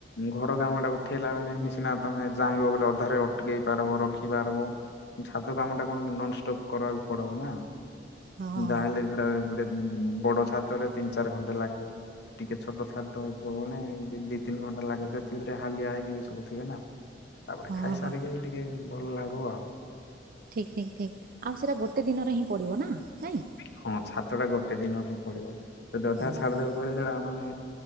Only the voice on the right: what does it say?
ହଁ
ହଁ
ହଁ।
ଠିକ ଠିକ ଠିକ ଆଉ ସେଟା ଗୋଟେ ଦିନରେ ହିଁ ପଡିବ ନା ନାଇଁ।
ହୁଁ
ହୁଁ
ହୁଁ